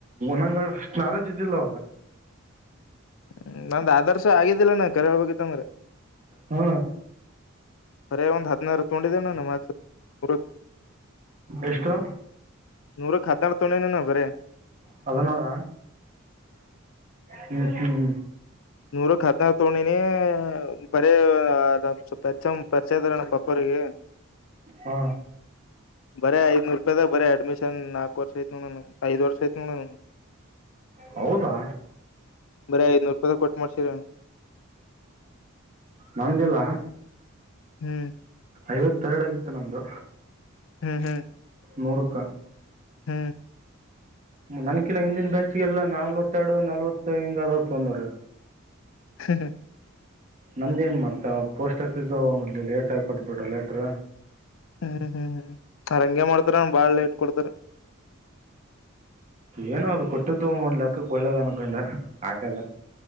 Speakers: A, on the right; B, on the left.
A: ನಂಗ ನಾಲೇಜ್ ಇದ್ದಿಲ್ಲ ಅವಾಗ
B: ಹ್ಮ ನಂದು ಆದರ್ಶ ಆಗಿದ್ದಿಲ್ಲನಾ ಕರೆ ಹೇಳ್ಬೇಕಿತ್ತ ಅಂದ್ರೆ
A: ಹು
B: ಬರೇ ಒಂದು ಹದಿನಾರು ತಕೊಂಡಿದೆ ಮಾರ್ಕ್ಸ್ ಪುರಾ
A: ಎಷ್ಟು
B: ನೂರಕ್ ಹದಿನಾರು ತಕೊಂಡಿದೆ ನಾ ಬರಿ
A: ಹಾದಿನರ ಹ್ಮ್ ಹ್ಮ್
B: ನೂರಕ್ಕೆ ಹದಿನಾರು ತಕೊಂಡಿದೀನಿ ಬರಿ ಸ್ವಲ್ಪ ಹೆಚ್ ಎಂ ಪರಿಚಯಾ ಇದ್ರಣ್ಣ ಅಪ್ಪ ಅವರಿಗೆ
A: ಹಾ
B: ಬರಿ ಐದನೂರು ರೂಪಾಯದಾಗ ಬರಿ ಅಡ್ಮಿಶನ್ ನಾಕಕ್ ವರ್ಷ ಆಯ್ತಣ್ಣ ಐದು ವರ್ಷ ಐತ್ ನೋಡ
A: ಹೌದಾ
B: ಬರಿ ಐನ್ನೂರು ರೂಪಾಯಿ ಕೊಟ್ಟು ಮಾಡ್ಸಿರ
A: ಬಂದಿಲ್ಲ
B: ಹ್ಮ್
A: ಐವತ್ತೆರಡು ಆಗಿತ್ತು ನಂದು
B: ಹ್ಮ್ ಹ್ಮ್
A: ನೂರಕ್ಕ
B: ಹ್ಮ್
A: ನನ್ಕಿನ ಹಿಂದಿನ ಬ್ಯಾಚ್ಗೆಲ್ಲಾ ನಾಲ್ವತ್ತೆರಡು ನಲ್ವತ್ತು ಹಿಂಗ ಅದರ್ ತಕೊಂದ್ರಿ
B: <inaudible>
A: ನಂದ ಏನ್ ಮಾಡ್ತಾವ ಪೋಸ್ಟ್ ಆಫೀಸು ಅಲ್ಲಿ ಲೇಟ ಆಗಿ ಕೊಟ್ಬಿಟ್ರ ಲೆಟ್ರ
B: ಹ್ಮ್ ಹ್ಮ್ ಹ್ಮ್ ಅವರಂಗೆ ಮಾಡ್ತಾರ ಬಾಳ್ ಲೇಟ್ ಕೊಡ್ತಾರ
A: ಏನು ಅದು ಕೊಟ್ಟದು ಒಂದ್ ಲೆಕ್ಕಕ್ ಒಳ್ಳದ ಅನ್ಕೊಂಡೇ ಆಕಾಗ